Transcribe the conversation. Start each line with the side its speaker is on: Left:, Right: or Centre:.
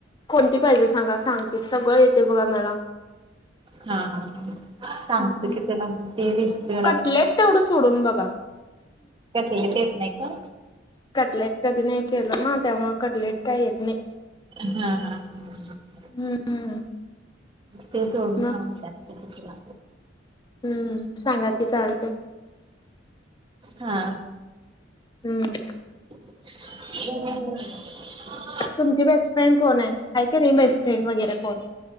Left: कोणती पाहिजे सांगा सांगते सगळं येतय बघा मला
Right: हा हा ह सांत
Left: हम्म.
Right: क त्याला म ते रस् पण
Left: कटलेट तेवढं सोडून बघा
Right: का तेेत नाही का?
Left: कटलेट कधी नाही केलं ना तेव्हा कटलेट काही येत नाही
Right: हम् हा ह
Left: हम्म.
Right: ते सोडून
Left: मग
Right: ठांवून तुला
Left: हम्म सांगा कि चालते
Right: हा
Left: हम्म
Right: हम्
Left: तुमची बेस्टफ्रेंड कोण आहे ऐकय नाही बेस्टफ्रेंड वगैरे कोण